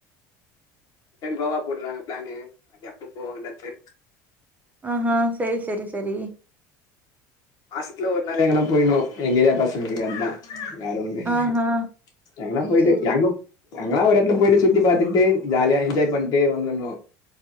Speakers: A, on the left (about 50°); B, on the right (about 20°).
A: டைம் கோவா போட்றாங்க ப்ளானு அது எப்ப போவாங்கன்தா தெர்
B: ஆ ஹா சேரி சேரி செரி
A: மாசத்துல ஒரு நாள் எங்கனா போய்ணு எங்கேரியா பசங்களுக்கு அத்தா வேற ஒண்ணு இல்ல
B: ஆஹா
A: எங்கனா போய்ட்டு
B: செரி.
A: எங்கப் எங்கனா ஒரு எடத்ல போய்ட்டு சுத்தி பாத்துட்டு ஜாலியா என்ஜாய் பண்ட்டு வந்துண்ணு